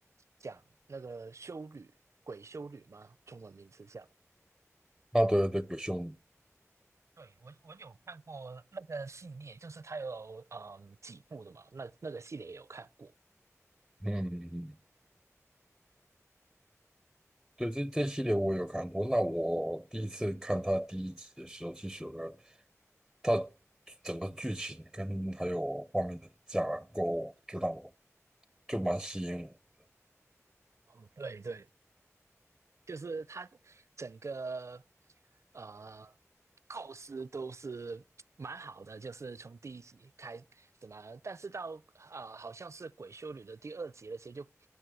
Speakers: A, on the right; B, in the centre.
A: 讲那个修女，鬼修女吗？中文名字叫。
B: 啊，对对，鬼兄，
A: 对，我我有看过那个系列，就是它有嗯几部的嘛，那那个系列也有看过。
B: 嗯，嗯嗯对，这这系列我有看过。那我第一次看他第一集的时候，其实有个他整个剧情跟还有画面的架构，就让我就蛮吸引我。
A: 嗯对对，就是它整个呃构思都是蛮好的，就是从第一集开怎么，但是到啊、好像是《鬼修女》的第二集那些就，